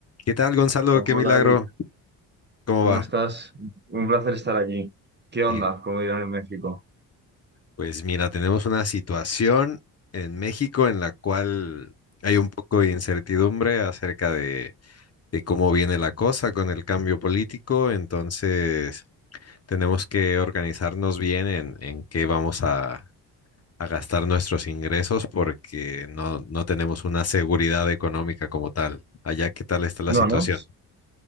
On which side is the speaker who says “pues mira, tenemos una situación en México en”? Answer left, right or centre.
Left